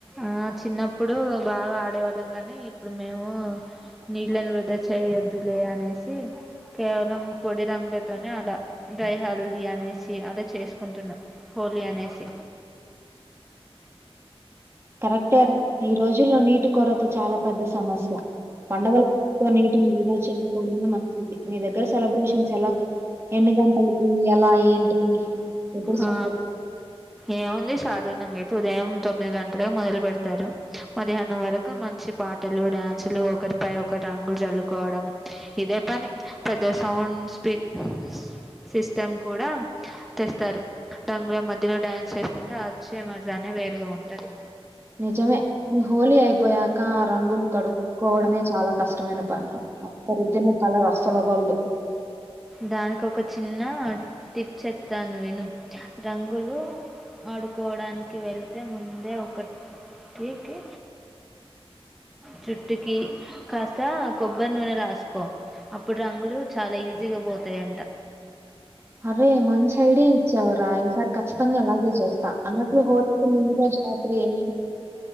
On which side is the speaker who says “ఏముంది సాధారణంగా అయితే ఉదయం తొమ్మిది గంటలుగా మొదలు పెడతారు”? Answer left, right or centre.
Centre